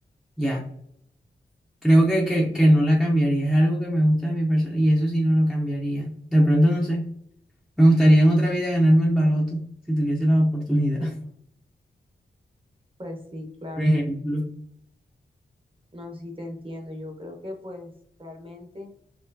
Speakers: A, in the centre; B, on the right.
A: Ya, creo que, que, que no la cambiaría. Es algo que me gusta de mi persona y eso sí no lo cambiaría. De pronto, no sé, me gustaría en otra vida ganarme el baloto si tuviese la oportunidad,
B: Mm, Pues sí, claro.
A: <laughs> por ejemplo.
B: No, sí te entiendo. Yo creo que pues realmente,